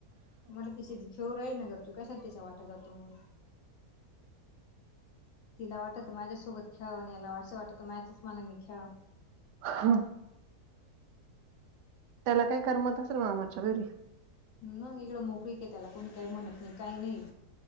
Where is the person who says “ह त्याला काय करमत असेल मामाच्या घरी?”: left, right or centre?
Right